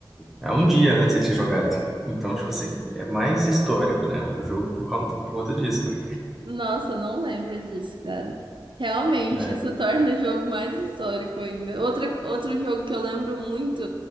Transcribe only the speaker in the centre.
Há um dia antes ele tinha jogado. Então, tipo assim, é mais histórico, né? O jogo por conta, por conta disso, né?
É.